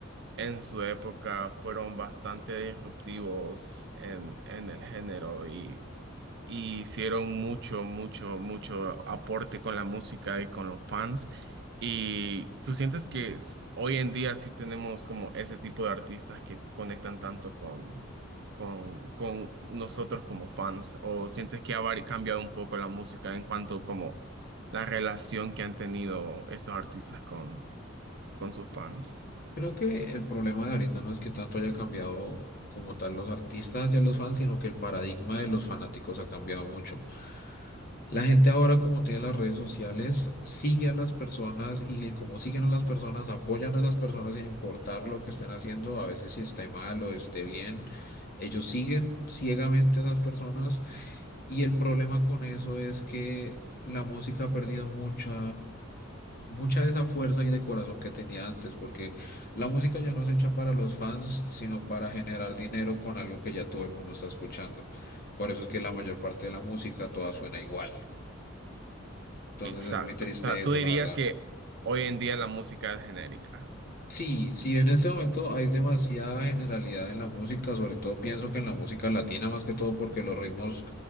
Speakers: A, on the right; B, on the left.
A: en su época fueron bastante disruptivos en, en el género y, y hicieron mucho, mucho, mucho aporte con la música y con los fans. ¿Y tú sientes que s- hoy en día sí tenemos como ese tipo de artistas que conectan tanto con, con, con nosotros como fans? ¿O sientes que ha vari- cambiado un poco la música en cuanto como la relación que han tenido estos artistas con, con sus fans?
B: Creo que el problema de ahorita no es que tanto haya cambiado como tal los artistas hacia los fans, sino que el paradigma de los fanáticos ha cambiado mucho. La gente ahora, como tiene las redes sociales, sigue a las personas y como siguen a las personas, apoyan a esas personas sin importar lo que estén haciendo, a veces si esté mal o esté bien. Ellos siguen ciegamente a esas personas y el problema con eso es que la música ha perdido mucha, mucha de esa fuerza y de corazón que tenía antes, porque la música ya no es hecha para los fans, sino para generar dinero con algo que ya todo el mundo está escuchando. Por eso es que la mayor parte de la música toda suena igual. Entonces
A: Exacto.
B: es muy triste
A: O sea, tú
B: eso,
A: dirías
B: la verdad.
A: que hoy en día la música es genérica.
B: Sí, sí, en este momento hay demasiada generalidad en la música, sobre todo pienso que en la música latina más que todo porque los ritmos